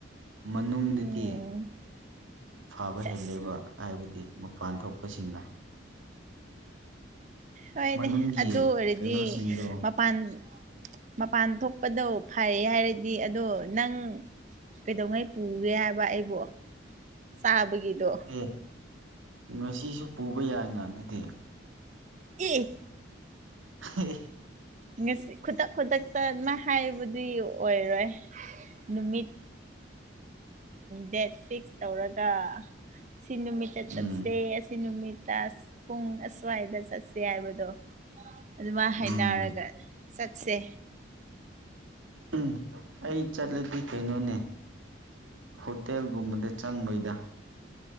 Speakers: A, on the right; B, on the right.
A: ꯃꯅꯨꯡꯗꯗꯤ
B: ꯎꯝ
A: ꯐꯥꯕ
B: ꯁꯦꯁ
A: ꯍꯦꯜꯂꯤꯦꯕ ꯍꯥꯏꯕꯗꯤ ꯃꯄꯥꯟ ꯊꯣꯛꯄꯁꯤꯡꯅ
B: ꯍꯣꯏꯅꯦ
A: ꯃꯅꯨꯡꯒꯤ
B: ꯑꯗꯨ ꯑꯣꯏꯔꯗꯤ
A: ꯀꯩꯅꯣꯁꯤꯡꯗꯣ
B: ꯃꯄꯥꯟ ꯃꯄꯥꯟ ꯊꯣꯛꯄꯗꯣ ꯐꯔ ꯍꯥꯏꯔꯗꯤ ꯑꯗꯣ ꯅꯪ ꯀꯩꯗꯧꯉꯩ ꯄꯨꯒꯦ ꯍꯥꯏꯕ ꯑꯩꯕꯨꯣ ꯆꯥꯕꯒꯤꯗꯣ
A: ꯑꯦ ꯉꯁꯤꯁꯨ ꯄꯨꯕ ꯌꯥꯏꯅ ꯑꯗꯨꯗꯤ
B: ꯏ
A: ꯍꯦ
B: ꯉꯁꯤ ꯈꯨꯗꯛ ꯈꯨꯗꯛꯇꯅ ꯍꯥꯏꯕꯨꯗꯤ ꯑꯣꯏꯔꯣꯏ ꯅꯨꯃꯤꯠ ꯗꯦꯠ ꯐꯤꯛꯁ ꯇꯧꯔꯒ ꯁꯤ ꯅꯨꯃꯤꯠꯇ
A: ꯎꯝ
B: ꯆꯠꯁꯦ ꯑꯁꯤ ꯅꯨꯃꯤꯠꯇ ꯄꯨꯡ ꯑꯁ꯭ꯋꯥꯏꯗ ꯆꯠꯁ ꯍꯥꯏꯕꯗꯣ ꯑꯗꯨꯃꯥꯏꯅ
A: ꯎꯝ
B: ꯍꯥꯏꯅꯔꯒ ꯆꯠꯁꯦ
A: ꯎꯝ ꯑꯩ ꯆꯠꯂꯗꯤ ꯀꯩꯅꯣꯅꯦ ꯍꯣꯇꯦꯜꯒꯨꯝꯕꯗ ꯆꯪꯕꯣꯏꯗ